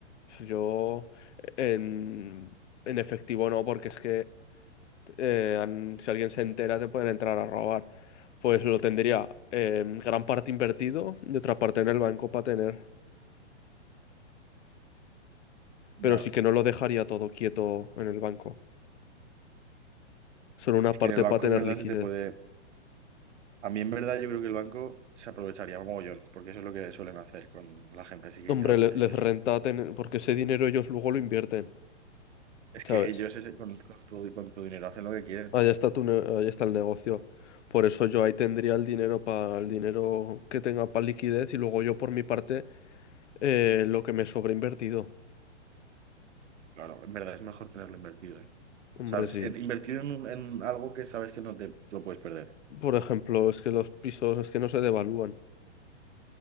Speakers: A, on the left (about 75°); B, on the right (about 75°).
A: yo en, en efectivo no, porque es que eh, han- si alguien se entera, te pueden entrar a robar. Pues lo tendría eh, gran parte invertido y otra parte en el banco para tener.
B: Ya,
A: Pero sí que no lo dejaría todo quieto en el banco. Solo una
B: es
A: parte
B: que en el banco
A: para tener
B: en verdad
A: liquidez.
B: se te puede... A mí en verdad yo creo que el banco se aprovecharía mogollón, porque eso es lo que suelen hacer con la gente así que
A: Hombre,
B: lleva mucho
A: le- les
B: dinero.
A: renta tener, porque ese dinero ellos luego lo invierten,
B: Es
A: ¿sabes?
B: que ellos ese- con, con tu, con tu dinero hacen lo que quieren.
A: Allá está tu ne- ahí está el negocio. Por eso yo ahí tendría el dinero para el dinero que tenga para liquidez y luego yo por mi parte eh, lo que me sobra invertido.
B: Claro, en verdad es mejor tenerlo invertido, ¿eh?
A: Hombre,
B: ¿Sabes?
A: sí.
B: En- Invertir en, un- en algo que sabes que no te lo puedes perder.
A: Por ejemplo, es que los pisos es que no se devalúan.